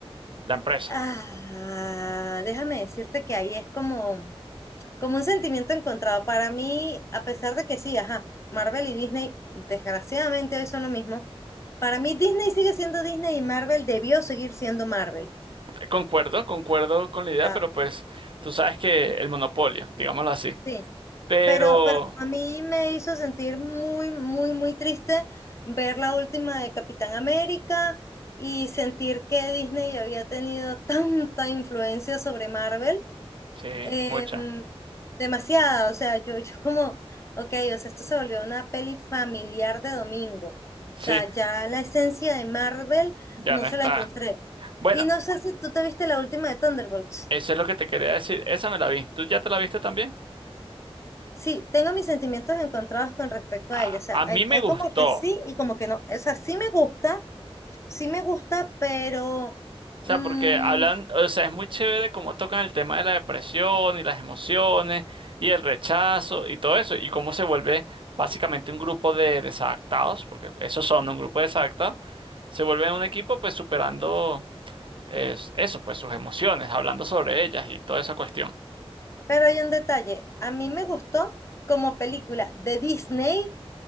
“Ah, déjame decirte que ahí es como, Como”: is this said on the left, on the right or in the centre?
Left